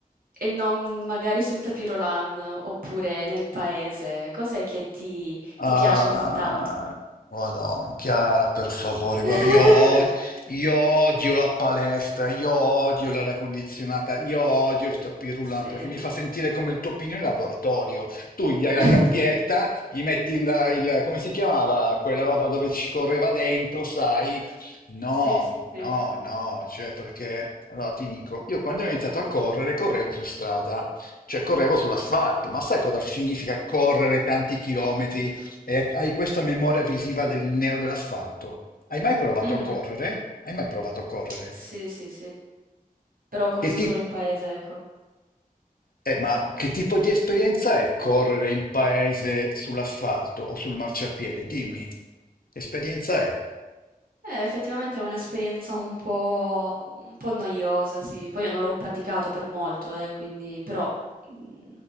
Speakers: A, on the right (about 70°); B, on the left (about 70°).
A: e non magari sul tapirolan oppure nel paese? Cos'è che ti
B: Ah,
A: ti piace così tanto?
B: Madonna, Chiara, per favore, guarda,
A: <laughs>
B: io, od- io odio la palestra, io odio l'aria condizionata, io odio il tapis roulant
A: Sì.
B: perché mi fa sentire come il toppino in laboratorio. Tu gli hai la
A: <laughs>
B: gabbietta, gli metti il, il- come si chiamava, quella roba dove ci correva dentro, sai? No,
A: Sì, sì.
B: no, no, cioè perché, allora ti dico, io quando ho iniziato a correre, correvo su strada, cioè correvo sull'asfalto, ma sai cosa significa correre tanti chilometri? e hai questa memoria visiva del nero dell'asfalto. Hai mai provato
A: Mh-mh.
B: a correre? Hai mai provato a correre?
A: Sì, sì, sì. Però ho corso
B: Che ti-
A: solo in paese, ecco.
B: eh, ma che tipo di esperienza è correre in paese sull'asfalto o sul marciapiede? Dimmi, che esperienza è?
A: Eh, effettivamente è un'esperienza un po' un po' noiosa, sì. Poi io non l'ho praticato per molto, eh, quindi però, mhmm,